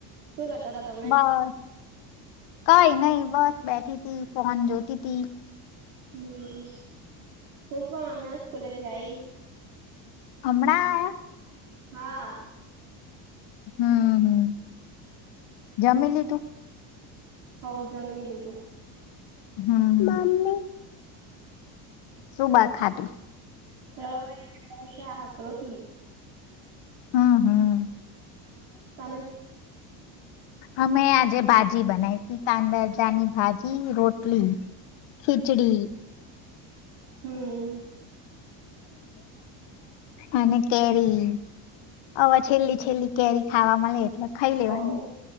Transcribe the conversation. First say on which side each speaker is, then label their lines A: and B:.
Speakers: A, on the right (about 85°); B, on the left (about 60°).
A: શું કરતા હતા તમે?
B: બસ કઈ નહી બસ બેઠી તી ફોન જોતી તી.
A: હમ્મ હું પણ હમણાં સ્કુલે થી આઈ
B: હમણાં આયા?
A: હા.
B: હમ્મ હ જમી લીધું?
A: હવ જમી લીધું.
B: હમ્મ શું બાર ખાધું?
A: રવૈયાનો શાક, રોટલી.
B: હમ્મ હમ્મ.
A: તમે
B: અમે આજે ભાજી બનાવી તી તાંદરજાની ભાજી, રોટલી. ખીચડી
A: હમ્મ
B: અને કેરી હવે છેલ્લી છેલ્લી કેરી ખાવા‌ મળે એટલે ખાઈ લેવાની.
A: હોવ